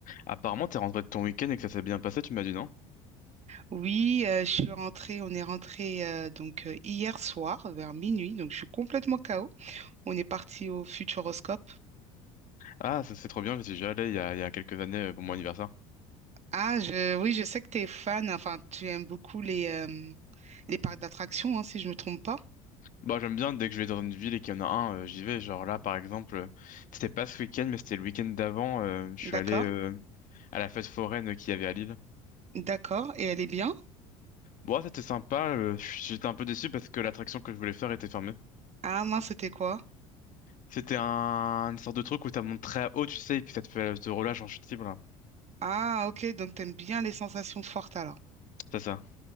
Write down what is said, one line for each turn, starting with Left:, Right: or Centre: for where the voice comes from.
Left: Apparemment, t'es rentré de ton week-end et que ça s'est bien passé, tu m'as dit non?
Right: Oui, euh, je suis rentrée, on est rentré euh, donc euh, hier soir vers minuit, donc je suis complètement KO. On est parti au Futuroscope.
Left: Ah, ça c'est trop bien, j'y suis déjà allé il y a, il y a quelques années euh, pour mon anniversaire.
Right: Ah, je, oui, je sais que tu es fan, enfin tu aimes beaucoup les, euh, les parcs d'attractions, hein, si je me trompe pas.
Left: Bah, j'aime bien, dès que je vais dans une ville et qu'il y en a un, euh, j'y vais. Genre là, par exemple, euh, c'était pas ce week-end, mais c'était le week-end d'avant, euh, je suis
Right: D'accord,
Left: allé euh, à la fête foraine qu'il y avait à Lille.
Right: d'accord, et elle est bien?
Left: Bon, ouais, c'était sympa, euh, je- j'étais un peu déçu parce que l'attraction que je voulais faire était fermée.
Right: Ah mince, c'était quoi?
Left: C'était un, une sorte de truc où t'as monté très haut, tu sais, et puis ça te fait te relâche en chute libre, là.
Right: Ah ok, donc t'aimes bien les sensations fortes alors.
Left: C'est ça.